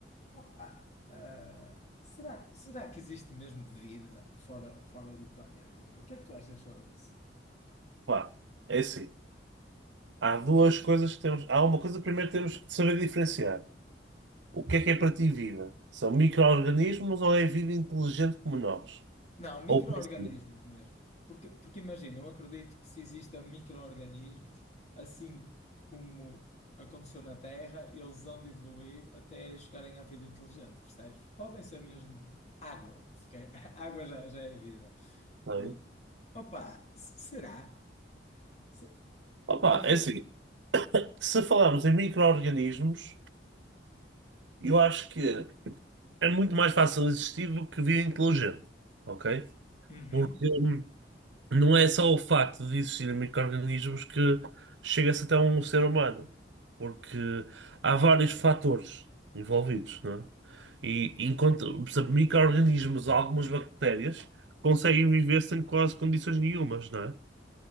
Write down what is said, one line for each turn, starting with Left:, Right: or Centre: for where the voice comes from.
Left: Opa, ah, será, que- será que existe mesmo vida fora, fora do planeta? meu? O que é que tu achas sobre isso?
Right: pá, é assim. Há duas coisas que temos. Há uma coisa, primeiro temos que saber diferenciar. O que é que é para ti vida? São micro-organismos ou é vida inteligente como nós?
Left: Não, micro-organismos
Right: Ou parecido,
Left: mesmo. Porque, porque imagina, eu acredito que se existam micro-organismos, assim como aconteceu na Terra, eles vão de evoluir até chegarem à vida inteligente, percebes? Podem ser mesmo água, se quer. <laughs> Água já, já é vida.
Right: não
Left: Pronto.
Right: é?
Left: Opa, s- será? Se-
Right: Opa,
Left: Eu fiquei.
Right: é assim. Se falarmos em micro-organismos, eu acho que. é muito mais fácil existir do que vida inteligente, ok?
Left: Uhum.
Right: Porque hum, não é só o facto de existirem micro-organismos que chega-se até um ser humano, porque há vários fatores envolvidos, não é? E enquanto, por exemplo, micro-organismos, algumas bactérias, conseguem viver sem quase condições nenhumas, não é?